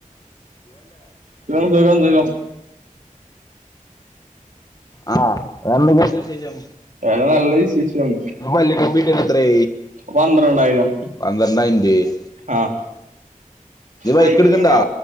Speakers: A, on the right; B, on the left.
A: സുഖം സുഖം സുഖം
B: ആവേറെ എന്തൊക്കെണ്ട് വിശേഷം
A: വേറെ നല്ല വിശേഷം
B: പള്ളി കമ്പ്യൂട്ടർ എത്രേ
A: പന്ത്രണ്ടായിരം
B: പന്ത്രണ്ടായിരം രൂപ
A: അ
B: നീ
A: ബൈക്ക്
B: എടുക്കണ്ട
A: എടുക്ക്ണ്ടോ